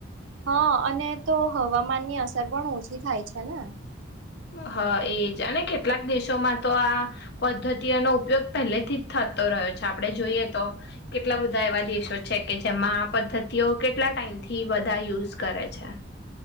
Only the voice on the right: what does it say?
હા અને તો હવામાનની અસર પણ ઓછી થાય છે ને